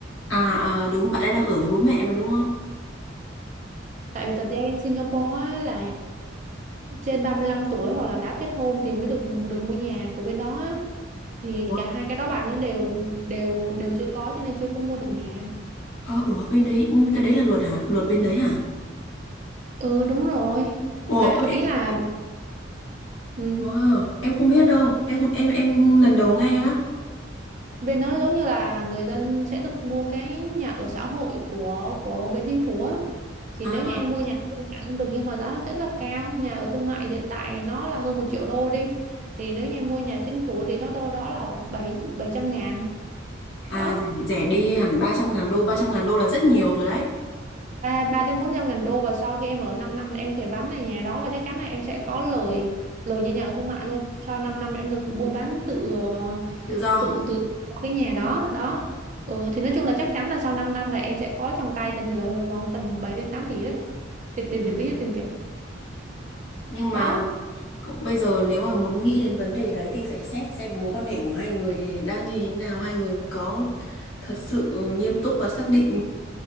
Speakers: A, on the left; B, on the right.
A: À, à, đúng, bạn ấy đang ở với bố mẹ mà đúng không?
B: Tại vì thật ra bên Singapore á, là trên 35 tuổi hoặc là đã kết hôn thì mới được được mua nhà của bên đó á. Thì
A: Ủa,
B: cả hai cái đó bạn nó đều đều đều chưa có cho nên chưa có mua được nhà.
A: ờ, ủa bên đấy, ừ, cái đấy là luật hả? Luật bên đấy hả?
B: Ừ đúng rồi.
A: Ủa,
B: Là
A: ôi,
B: ý là ừ,
A: ờ, em không biết đâu, em không, em em lần đầu nghe đó.
B: bên đó giống như là người dân sẽ được mua cái nhà ở xã hội của của bên chính phủ á. Thì
A: À,
B: nếu như em mua nhà thương mại cũng được nhưng mà giá nó sẽ là cao. Nhà ở thương mại hiện tại nó là hơn một triệu đô đi. Thì nếu như em mua nhà chính phủ thì nó đâu đó là bảy bảy trăm ngàn
A: à
B: đó
A: rẻ, rẻ đi hẳn ba trăm ngàn đô, ba trăm ngàn đô là rất nhiều rồi đấy.
B: ba ba đến bốn trăm ngàn đô và sau khi em ở 5 năm là em thể bán lại nhà đó và chắc chắn là em sẽ có lời lời như nhà ở thương mại luôn sau 5 năm em được buôn bán tự ờ,
A: Tự do.
B: tự từ cái nhà đó đó ừ, thì nói chung là chắc chắn là sau 5 năm là em sẽ có trong tay tiền lời khoảng tầm 7 đến 8 tỷ đấy tiền tiền
A: Ừ.
B: Việt tính là tiền Việt
A: Nhưng
B: đó
A: mà Cũng bây giờ nếu mà muốn nghĩ đến vấn đề đấy thì phải xét xem mối quan hệ của hai người thì đang như thế nào, hai người có thật sự nghiêm túc và xác định